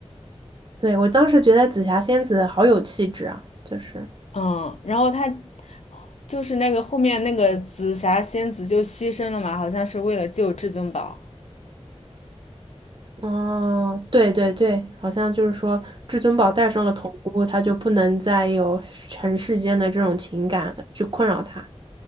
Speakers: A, on the right; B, on the left.
A: 对，我当时觉得紫霞仙子好有气质啊，就是。
B: 嗯，然后他就是那个后面那个紫霞仙子就牺牲了嘛，好像是为了救至尊宝。
A: 哦，对对对，好像就是说，至尊宝戴上了头箍，他就不能再有尘世间的这种情感去困扰他。